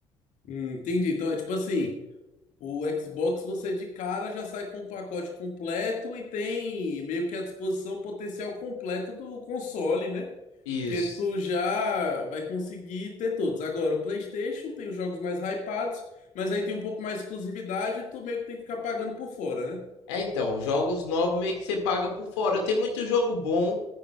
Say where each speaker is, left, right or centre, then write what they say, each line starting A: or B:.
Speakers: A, on the left (about 55°); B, on the left (about 70°).
A: Hum, entendi. Então é tipo assim, o Xbox você de cara já sai com o pacote completo e tem meio que a disposição o potencial completo do console, né?
B: Isso.
A: Porque tu já vai conseguir ter todos. Agora, o PlayStation tem os jogos mais hypados, mas aí tem um pouco mais de exclusividade e tu meio que tem que ficar pagando por fora, né?
B: É, então, jogos novos meio que você paga por fora. Tem muito jogo bom.